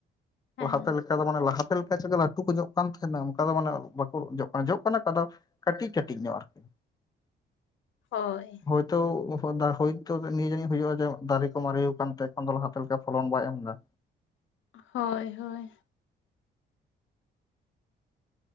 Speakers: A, on the left; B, on the left.
A: ᱦᱮᱸ
B: ᱞᱟᱦᱟᱛᱮ ᱞᱮᱼᱼ ᱟᱫᱚ ᱢᱟᱱᱮ ᱞᱟᱦᱟᱛᱮ ᱞᱮᱠᱟ ᱪᱮᱫ ᱞᱟᱹᱴᱩ ᱠᱚ ᱡᱚᱜ ᱠᱟᱱ ᱛᱟᱦᱮᱱᱟ ᱚᱱᱠᱟ ᱫᱚ ᱢᱟᱱᱮ ᱵᱟᱠᱚ ᱡᱚᱜ ᱠᱟᱱᱟ ᱡᱚᱜ ᱠᱟᱱᱟ ᱚᱠᱟ ᱫᱚ ᱼᱼ ᱠᱟᱹᱴᱤᱡ ᱠᱟᱹᱴᱤᱡ ᱧᱚᱜ ᱟᱨᱠᱤ
A: ᱦᱳᱭ
B: ᱦᱳᱭᱛᱚ ᱦᱳᱭᱛᱚ ᱱᱤᱭᱟᱹ ᱡᱟᱹᱱᱤᱡ ᱦᱳᱭᱳᱜᱼᱟ ᱡᱮ ᱫᱟᱨᱮ ᱠᱚ ᱢᱟᱨᱮ ᱟᱠᱟᱱᱛᱮ ᱮᱠᱷᱚᱱ ᱫᱚ ᱞᱦᱟᱛ ᱛᱮ ᱞᱮᱠᱟ ᱯᱷᱚᱞᱚᱱ ᱵᱟᱭ ᱮᱢ ᱮᱫᱟ।
A: ᱦᱳᱭ ᱦᱳᱭ